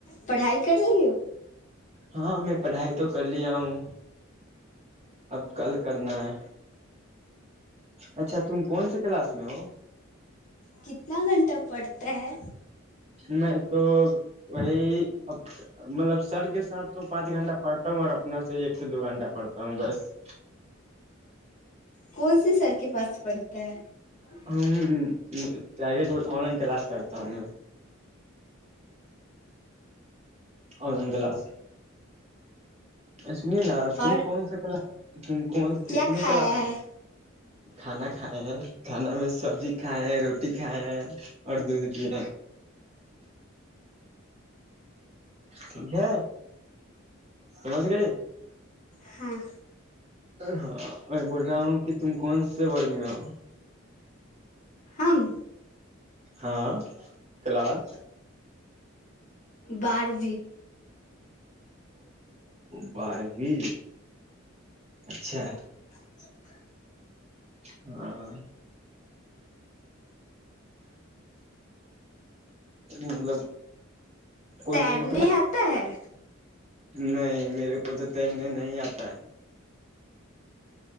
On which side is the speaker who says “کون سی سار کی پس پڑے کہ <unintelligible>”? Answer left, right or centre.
Left